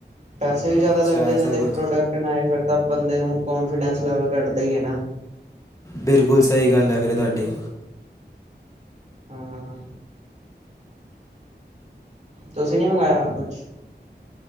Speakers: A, on the right; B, on the left.
A: ਪੈਸੇ ਵੀ ਜ਼ਿਆਦਾ
B: ਅੱਛਾ
A: ਲੱਗਦੇ
B: ਐਸਾ
A: ਨੇ, ਤੇ
B: ਕੁਝ
A: ਪ੍ਰੋਡਕਟ ਏ ਫਿਰ ਤਾਂ ਬੰਦੇ ਨੂੰ, ਕੋਂਨਫੀਡੈਂਸ ਲੈਵਲ ਘੱਟਦਾ ਈਏ ਨਾ।
B: ਬਿਲਕੁਲ ਸਹੀ ਗੱਲ ਐ ਵੀਰੇ, ਤੁਹਾਡੀ।
A: ਹਾਂ, ਤੁਸੀ ਨੀ ਮੰਗਾਇਆ ਕੁਛ?